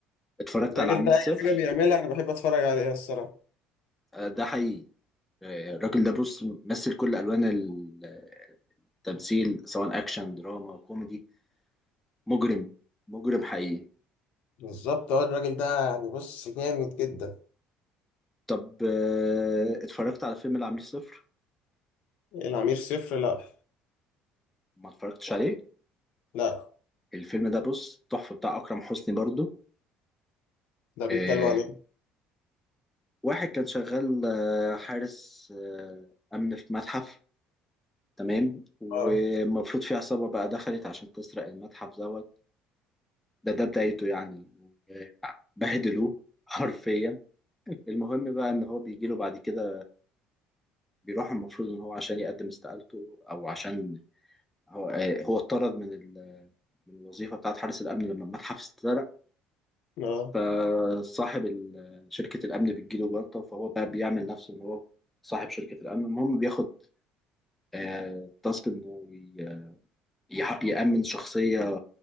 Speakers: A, in the centre; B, on the left (about 70°).
A: اتفرجت
B: الراجل
A: على عميل
B: ده اي
A: صفر
B: حاجه بيعملها انا بحب اتفرج عليها الصراحه
A: آه، ده حقيقي آه، الراجل ده بص مثل كل الوان ال- التمثيل سواء اكشن دراما كوميدي مجرم مجرم حقيقي
B: بالظبط هو الراجل ده يعني بص جامد جدا
A: طب آه، اتفرجت على فيلم العميل صفر
B: العمير صفر لا
A: ما اتفرجتش عليه
B: لا
A: الفيلم ده بص تحفة بتاع أكرم حسني برضو
B: ده بيتكلم
A: آه،
B: عن ايه
A: واحد كان شغال آه، حارس آه، أمن في متحف تمام ومفروض
B: اه
A: في عصابة بقى دخلت عشان تسرق المتحف دوت ده ده بدايته يعني آه، بهدلوه <laughs> حرفيا المهم بقى إن هو بيجيله بعد كده بيروح المفروض إن هو عشان يقدم استقالته أو عشان هو آه، هو اتطرد من ال- من الوظيفة بتاعت حارس الأمن لما المتحف اتسرق
B: اه
A: فصاحب ال- شركة الأمن بتجيله جلطة فهو بقى بيعمل نفسه إن هو صاحب شركة الأمن المهم بياخد آه، تاسك إنه ي- يح- يأمن شخصية